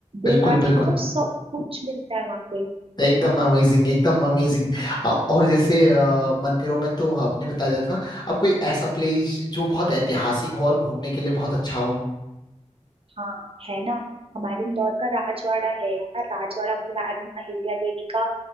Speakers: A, on the left (about 35°); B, on the right (about 50°).
A: बिल्कुल
B: डोरा की
A: बिल्कुल
B: मतलब सब कुछ मिलता है वहां पे
A: एकदम अमेजिंग एकदम अमेजिंग और जैसे अ, मंदिरों में तो आपने बताया था अब कोई ऐसा प्लेस जो बहुत ऐतिहासिक हो और घूमने के लिए बहुत अच्छा हो
B: हाँ है ना हमारे इंदौर का राजवाड़ा है यार राजवाड़ा मतलब रानी अहिल्या देवी का